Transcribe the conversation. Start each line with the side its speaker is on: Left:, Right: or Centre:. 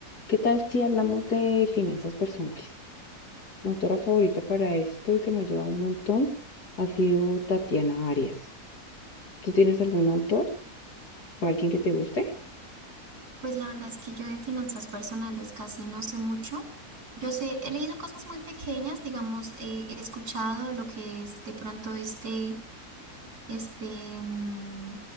Left: ¿Qué tal si hablamos de finanzas personales? Mi autora favorita para esto y que me ha ayudado un montón ha sido Tatiana Arias. ¿Tú tienes algún autor o alguien que te guste?
Right: Pues la verdad es que yo de finanzas personales casi no sé mucho. Yo sé, he leído cosas muy pequeñas, digamos, eh, he escuchado lo que es de pronto este, este, mm,